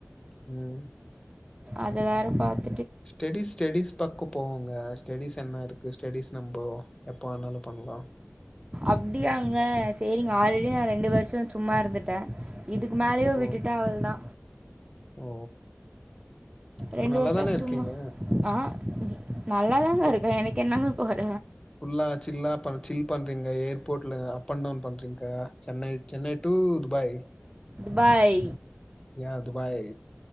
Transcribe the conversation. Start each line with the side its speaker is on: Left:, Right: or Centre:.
Left: ம்
Right: அது வேற பாத்
Left: ஸ்டடிஸ் ஸ்டடிஸ் பக்கொ போங்க ஸ்டஸ் என்ன ர்க்கு ஸ்டெடிஸ் நம்மபொ எப்போ வேணாலு பண்லா
Right: அப்டியாங்க சேரிங்க ஆல்ரெடி நா ரெண்டு வர்ஷொ சும்மா இருந்துட்ட இதுக்கு மேலேயு விட்டுட்டா
Left: ஓ
Right: அவுள் தா
Left: ஓ இப்ப
Right: ரெண்டு
Left: நல்லாதான
Right: வருஷம்
Left: இருக்கீங்க
Right: சும்மா ஆ நல்லாதாங்க
Left: இப்ப
Right: இருக்க எனக்கென்னங்க கொற
Left: ஃபுல்லா சில்லா சில் பண்றீங்க ஏர்போட்ல அப் அண் டவுன் பண்றீங்க சென்னை சென்னை டூ துபாய்
Right: பாய்
Left: யா துபாய்